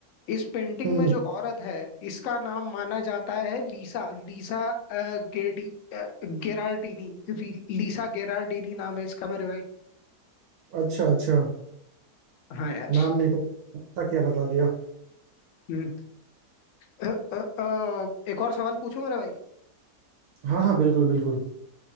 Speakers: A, on the left; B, on the right.
A: इस पेंटिंग
B: हम्म,
A: में जो औरत है इसका नाम माना जाता है लीसा लीसा अ, गेडी अ, गेरार्डिनी री- लीसा गेरार्डिनी नाम है इसका मेरे भाई
B: अच्छा अच्छा
A: हाँ यार
B: नाम नहीं पता था क्या बता दिया
A: हम्म। अ, अ, अ, एक और सवाल पूछूं मेरे भाई
B: हाँ हाँ बिल्कुल बिल्कुल